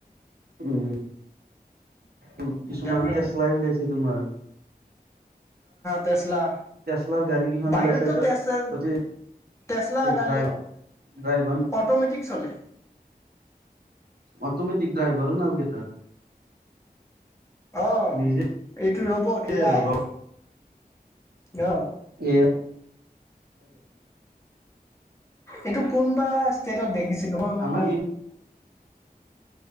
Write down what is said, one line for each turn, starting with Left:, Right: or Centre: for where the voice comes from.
Right: উম উ কিছুমান
Left: ডেভলপ
Right: তেচলাই উলিয়াইছে তোমাৰ
Left: তেচলা
Right: টেচলাৰ গাড়ী কেইখন
Left: বাহিৰততো
Right: ওলাইছে এটা
Left: তেচ
Right: অতি
Left: তেচলা গাড়ী
Right: ড্ৰাই ড্ৰাইভাৰ
Left: অট'মেটিক চলে
Right: অটমেটিক ড্ৰাইভাৰো নালগে তাত
Left: অ এইটো
Right: নিজে
Left: ৰবট এ
Right: আৰু
Left: আই অ
Right: এ <unintelligible>
Left: এইটো কোনবা ষ্টেটত দেখিছিলো
Right: আমাৰ
Left: ম